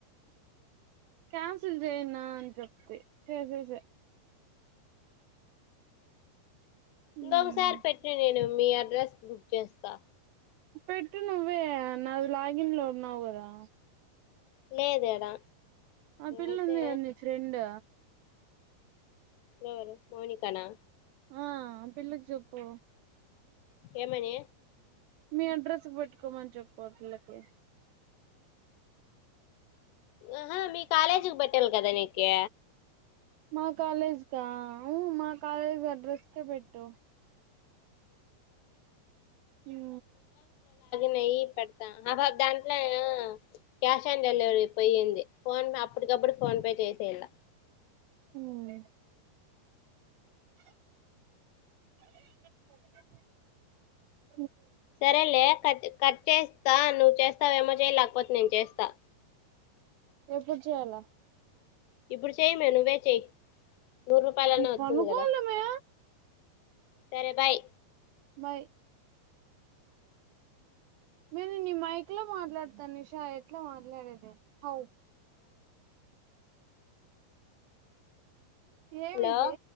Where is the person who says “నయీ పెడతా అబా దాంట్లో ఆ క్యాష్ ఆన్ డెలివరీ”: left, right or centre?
Left